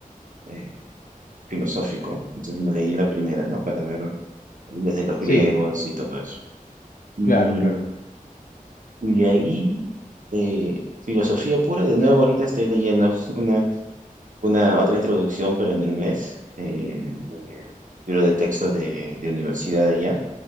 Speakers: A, on the right; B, on the left.
A: eh, filosófico. Entonces me leí la primera, ¿no? Para ver desde los griegos
B: sí,
A: y todo eso. Y,
B: claro, claro.
A: y de ahí, eh, filosofía pura, de nuevo ahorita estoy leyendo <laughs> una otra introducción, pero en inglés, eh, de libro de texto de, de universidad de allá,